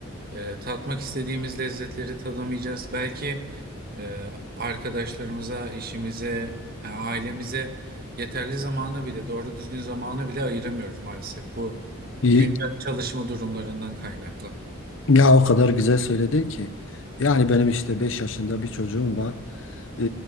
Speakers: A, on the right; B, on the left.
A: E, tatmak istediğimiz lezzetleri tadamayacağız. Belki e, arkadaşlarımıza, eşimize, e, ailemize yeterli zamanı bile, doğru düzgün zamanı bile ayıramıyoruz maalesef. Bu
B: İyi.
A: güncel çalışma durumlarından kaynaklı.
B: Ya o kadar güzel söyledin ki. Yani benim işte 5 yaşında bir çocuğum var. E,